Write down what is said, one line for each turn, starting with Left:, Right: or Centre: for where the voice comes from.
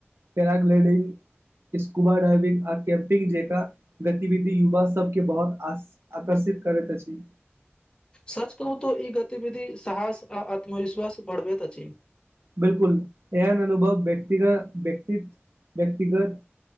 Right: paragliding scuba diving आ कैम्पिंग जेका गतिविधि युवा सबके बहुत आक आकर्षित करैत छी
Left: सच कहू तऽ ई गतिविधि साहस आ आत्मविश्वास बढ़बैत अछि
Right: बिलकुल एहन अनुभव व्यक्तिग व्यक्त व्यक्तिगत